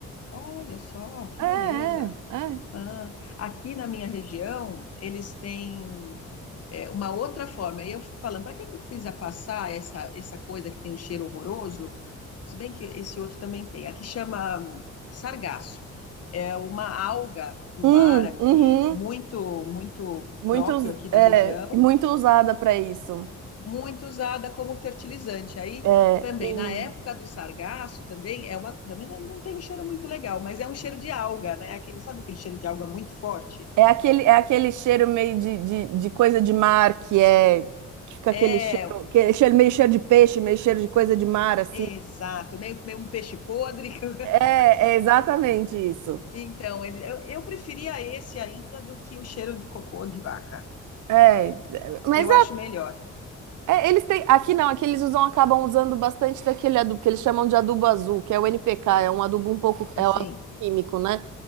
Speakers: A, on the left; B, on the right.
A: olha só, que
B: É,
A: beleza.
B: é, é.
A: Ah, aqui na minha região, eles têm é, uma outra forma. E eu fico falando, para que que precisa passar essa, essa coisa que tem um cheiro horroroso? Se bem que esse outro também tem. Aqui chama hum, sargaço. É uma alga do
B: Hum,
A: mar aqui,
B: uhum.
A: muito, muito
B: Muito,
A: próprio
B: us-
A: aqui da
B: é,
A: região
B: muito usada para isso.
A: muito usada como fertilizante. Aí
B: É,
A: também,
B: em-
A: na época do sargaço, também é uma, também não tem um cheiro muito legal, mas é um cheiro de alga, né? Aquele, sabe aquele cheiro de alga muito forte?
B: é aquele, é aquele cheiro meio de, de, de coisa de mar que é que fica
A: É,
B: aquele cheiro, aquele cheiro- meio cheiro de peixe, meio cheiro de coisa de mar assim.
A: exato, meio, meio um peixe podre. <laughs>
B: É, é exatamente isso.
A: Então, ele, eu, eu preferia esse ainda do que o cheiro de cocô de vaca.
B: É, mas
A: Eu acho melhor.
B: É, eles têm. Aqui não, aqui eles usam, acabam usando bastante daquele adubo que eles chamam de adubo azul, que é o NPK, é um adubo um pouco,
A: Assim,
B: é um adubo químico, né?